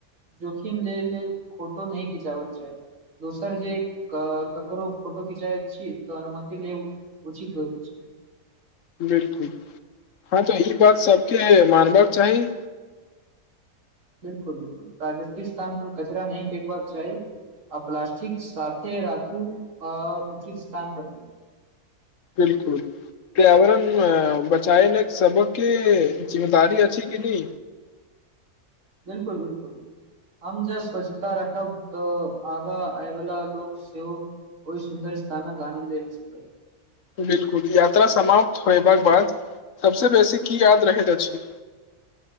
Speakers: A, on the right; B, on the left.
A: जोखिम ले- ले फोटो नैय खिचेबाक चाही। दोसर जे ककरो फोटो खिचय छी तऽ अनुमति लेब। पुछी क पुछी।
B: बिल्कुल। ह तऽ ई बात सबके <unintelligible> मानबक चाही
A: बिल्कुल- बिल्कुल। <unintelligible> स्थान पर कचरा नैय फेकबाक चाही। आ प्लास्टिक साथे राखू आ उचित स्थान पर फेकू।
B: बिल्कुल। पर्यावरण बचाय ले सबके जिम्मेदारी अछि की नै।
A: बिल्कुल- बिल्कुल। हम जे स्वच्छता रखब तऽ आगा आय वाला लोक सेहो ओय सुन्दर स्थानक आनन्द लेल सकै।
B: बिल्कुल। यात्रा समाप्त होयबाक बाद सबसे बेसी की याद रहैत अछि।